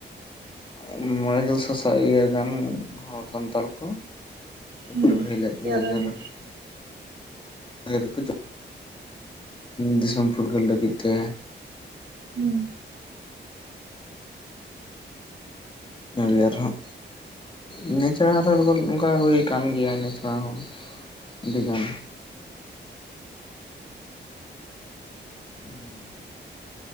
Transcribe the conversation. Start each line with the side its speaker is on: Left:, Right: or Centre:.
Left: ᱮᱜ ᱢᱚᱬᱮ ᱜᱮᱞ ᱥᱟᱥᱟᱭ ᱤᱭᱟᱹ ᱜᱟᱱ ᱦᱚᱲ ᱥᱟᱱᱛᱟᱞ ᱠᱚ
Right: ᱦᱩᱸ
Left: ᱞᱟᱹᱲᱦᱟᱹᱭ ᱞᱮᱫ ᱜᱮᱭᱟ
Right: ᱡᱟᱣᱨᱟᱞᱮᱱᱟ᱾
Left: <unintelligible> <unintelligible> ᱫᱤᱥᱚᱢ ᱯᱷᱩᱨᱜᱟᱹᱞ ᱞᱟᱹᱜᱤᱫ ᱛᱮ,
Right: ᱦᱩᱸ
Left: ᱮᱱᱟᱹᱜᱮ ᱟᱨᱦᱚᱸ ᱤᱱᱟᱹ ᱪᱟᱲᱟ ᱚᱱᱠᱟ ᱦᱩᱭ ᱟᱠᱟᱱ ᱜᱮᱭᱟ ᱤᱱᱟᱹ ᱪᱷᱟᱲᱟ ᱦᱚᱸ ᱟᱹᱰᱤᱜᱟᱱ <unintelligible>